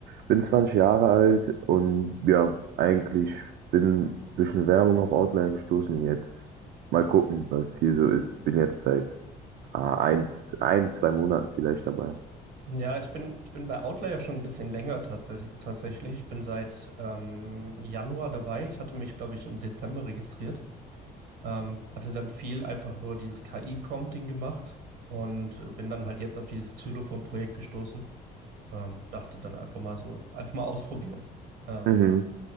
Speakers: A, on the right (about 70°); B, on the right (about 85°).
A: bin 20 Jahre alt und ja, eigentlich bin durch eine Werbung auf Outlier gestoßen. Jetzt mal gucken, was hier so ist. Bin jetzt seit ah, eins, ein, zwei Monaten vielleicht dabei.
B: Ja, ich bin, ich bin bei Outlier ja schon ein bisschen länger tatsächlich. tatsächlich. Ich bin seit ähm, Januar dabei. Ich hatte mich, glaube ich, im Dezember registriert. Ähm, hatte dann viel einfach nur dieses KI-Prompting gemacht und bin dann halt jetzt auf dieses Xylophon-Projekt gestoßen. Ähm, dachte dann einfach mal so, einfach mal ausprobieren. Ähm,
A: Mhm.